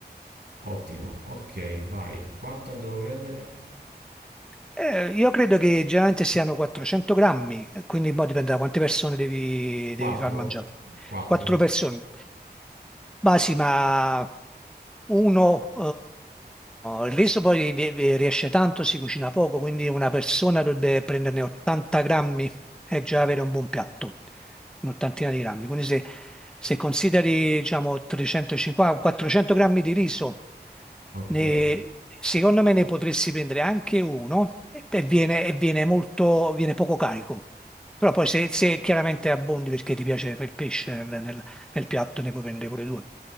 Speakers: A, on the right (about 80°); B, in the centre.
A: Ottimo, ok, vai. Quanto ne devo prendere?
B: Eh, io credo che generalmente siano 400 grammi, eh, quindi mo dipende da quante persone devi,
A: 4?
B: devi far mangiare.
A: 4?
B: Quattro persone. Ma sì, ma uno, eh, il riso poi vi- vi riesce tanto, si cucina poco, quindi una persona dovrebbe prenderne 80 grammi è già avere un buon piatto, un'ottantina di grammi. Quindi se, se consideri, diciamo, 350, 400 grammi di riso,
A: Ok,
B: ne- secondo me ne potresti prendere anche uno e, e viene, e viene molto, viene poco carico. Però poi se, se chiaramente abbondi perché ti piace il pesce nel, nel- nel piatto, ne puoi prendere pure due.